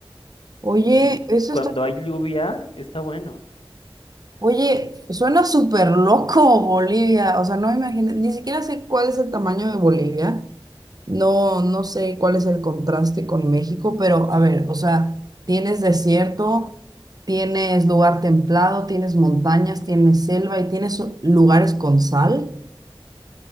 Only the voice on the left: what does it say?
Y
cuando
hay lluvia, está bueno.